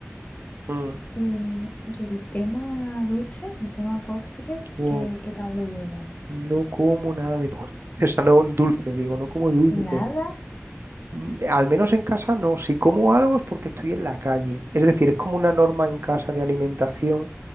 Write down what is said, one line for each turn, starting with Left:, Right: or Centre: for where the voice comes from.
Right: Mm.
Left: Y, y el tema dulce, el tema postres,
Right: Wow,
Left: ¿qué, qué tal lo llevas?
Right: No como nada de postre. <laughs> O sea, no dulce, digo, no como dulce.
Left: ¿Nada?
Right: Mm, Al menos en casa no. Si como algo es porque estoy en la calle. Es decir, es como una norma en casa de alimentación